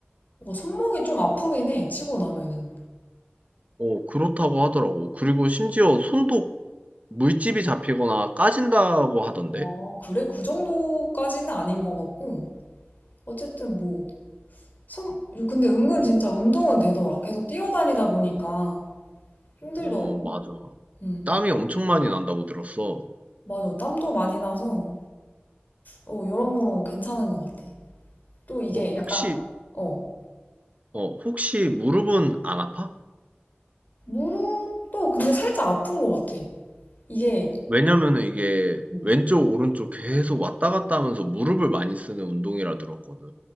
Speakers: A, on the left; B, on the right.
A: 뭔가 손목이 좀 아프긴 해, 치고 나면은.
B: 오, 그렇다고 하더라고. 그리고 심지어 손도 물집이 잡히거나 까진다고 하던데.
A: 아, 그래? 그 정도까지는 아닌 것 같고. 어쨌든 뭐, 손 근데 은근 진짜 운동은 되더라. 계속 뛰어다니다 보니까 힘들더라고.
B: 어, 맞아.
A: 응.
B: 땀이 엄청 많이 난다고 들었어.
A: 맞아. 땀도 많이 나서, 어, 여러모로 괜찮은 것 같아. 또 이게
B: 어,
A: 약간,
B: 혹시,
A: 어,
B: 어, 혹시 무릎은 안 아파?
A: 무릎도 근데 살짝 아픈 것 같아. 이게,
B: 왜냐면은 이게
A: 음,
B: 왼쪽, 오른쪽 계속 왔다 갔다 하면서 무릎을 많이 쓰는 운동이라 들었거든.